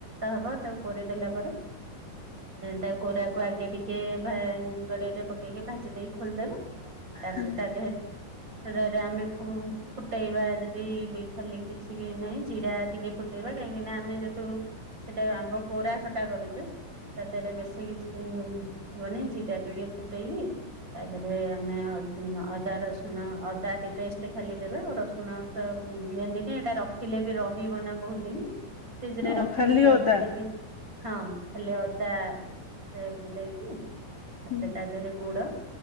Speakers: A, on the right; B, on the left.
A: ହବ ତାକୁ କରିଦେଲା ପରେ। ତା କୋରାକୁ ଆଗେ ଟିକେ କଡେଇରେ ପକେଇକି ଭାଜି ଦେଇ ଖୋଲିଦେବେ ତାପରେ
B: ହୁଁ
A: ତା ଦେହରେ ଆମେ ଫୁଟେଇବା ଯଦି ଖାଲି କିଛି ନାହିଁ ଜିରା ଟିକେ ଫୁଟେଇବା କାହିଁକି ନା ଆମେ ଯେତୁ ସେଟା ଆମ୍ବ କୋରା ଖଟା କରୁଛୁ। <unintelligible> ବେଶୀ କିଛି ହବନି ଜିରା ଟିକେ ଫୁଟେଇକି ତାପରେ ଆମେ ଅଦା ରସୁଣ ଅଦା ପେଷ୍ଟ ଖାଲି ଦେବେ ଆଉ ରସୁଣ ତ ହୁଁ ଏମିତି ଏଇଟା ରଖିଲେ ବି ରହିବ ନା ବହୁତ ଦିନ ଫ୍ରିଜ
B: ହଁ
A: ରେ ରଖିକି
B: ଖାଲି
A: ଷ୍ଟୋର
B: ଅଦା
A: କରିକି। ହଁ ଖାଲି ଅଦା ପେଷ୍ଟକୁ ଦେଇକି ତାପରେ
B: ହୁଁ
A: ତା ଦେହରେ ଗୁଡ